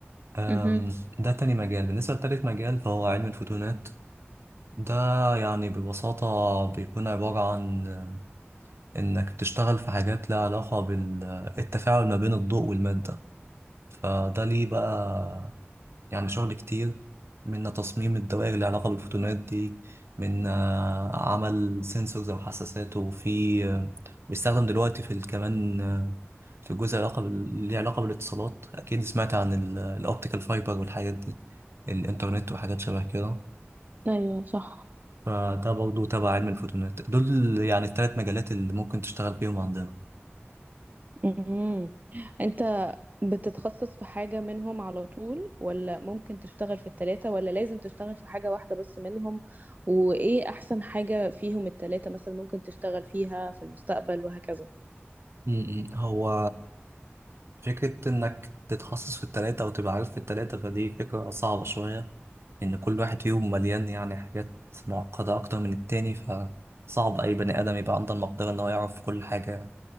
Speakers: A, on the right; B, on the right.
A: آم،
B: امم
A: ده تاني مجال بالنسبة لتالت مجال فهو علم الفوتونات ده يعني ببساطة بيكون عبارة عن آه، إنك تشتغل في حاجات لها علاقة بالتفاعل ما بين الضوء والمادة فده ليه بقى يعني شغل كتير من تصميم الدوائر اللي علاقة بالفوتونات دي من آه، عمل سنسورز أو حساسات وفي آه، بيستخدم دلوقتي في ال- كمان آه، في جزء علاقة بال... ليه علاقة بالاتصالات أكيد سمعت عن الأوبتيكال فايبر والحاجات دي الإنترنت وحاجات شبه كده
B: ايوه صح
A: فده برضه تبع علم الفوتونات دول يعني الثلاث مجالات اللي ممكن تشتغل بيهم عندنا
B: امم انت بتتخصص في حاجة منهم على طول ولا ممكن تشتغل في التلاتة ولا لازم تشتغل في حاجة واحدة بس منهم وايه احسن حاجة فيهم التلاتة مثلا ممكن تشتغل فيها في المستقبل وهكذا
A: م- م. هو فكرة إنك تتخصص في التلاتة أو تبقى عارف في التلاتة فدي فكرة صعبة شوية إن كل واحد فيهم مليان يعني حاجات معقدة أكتر من التاني فصعب أي بني آدم يبقى عنده المقدرة إن هو يعرف كل حاجة يعني